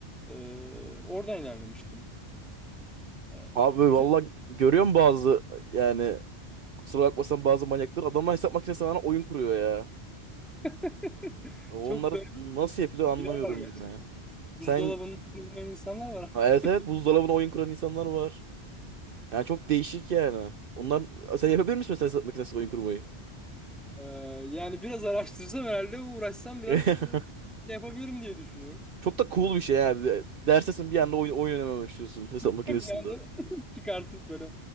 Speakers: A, in the centre; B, on the right.
A: E, oradan ilerlemiştim. E,
B: Abi
A: güzel.
B: valla görüyorum bazı yani kusura bakmasan bazı manyaktır. Adamlar hesap makinesi sana oyun kuruyor ya.
A: <laughs>
B: Onlar
A: Çok
B: nasıl yapılıyor anlamıyorum
A: Şeyler var yani.
B: yani.
A: Buzdolabında
B: Sen
A: kullanmayan insanlar var.
B: Ha,
A: <laughs>
B: evet evet buzdolabına oyun kuran insanlar var. Yani çok değişik yani. Onlar sen yapabilir misin mesela hesap makinesi oyun kurmayı?
A: Ee, yani biraz araştırsam herhalde uğraşsam biraz
B: <laughs>
A: e, şey yapabilirim diye düşünüyorum.
B: Çok da cool
A: Ee,
B: bir şey ya. Dersesin bir anda oyun, oyun oynamaya başlıyorsun hesap
A: <laughs>
B: makinesinde.
A: bir anda <laughs> çıkartıp böyle